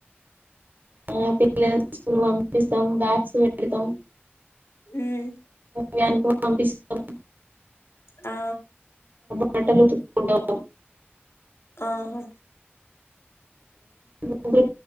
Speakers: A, on the right; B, on the left.
A: ఆ పిల్లస్కూల్ పంపిస్తాం బ్యాగ్స్ పెడతాం
B: ఉమ్
A: వ్యాన్ కు పంపిస్తాం
B: ఆ
A: బట్టలుఉతుక్కుంటాం
B: ఆహా
A: ముగ్గురు